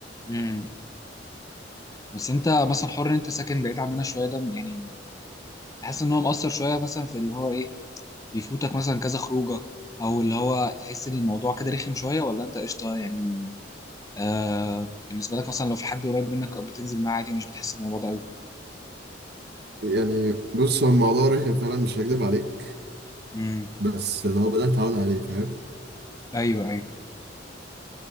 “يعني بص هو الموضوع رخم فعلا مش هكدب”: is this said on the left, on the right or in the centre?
Right